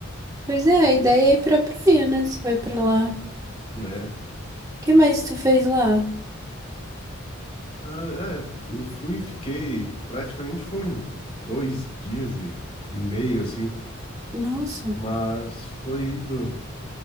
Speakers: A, on the right (about 15°); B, on the left (about 30°).
A: Pois é, a ideia é ir pra praia, né? Você vai pra lá. O
B: né?
A: que mais tu fez lá?
B: Ah, é, eu fui e fiquei, praticamente foram dois dias e, e meio, assim,
A: Nossa,
B: mas foi ido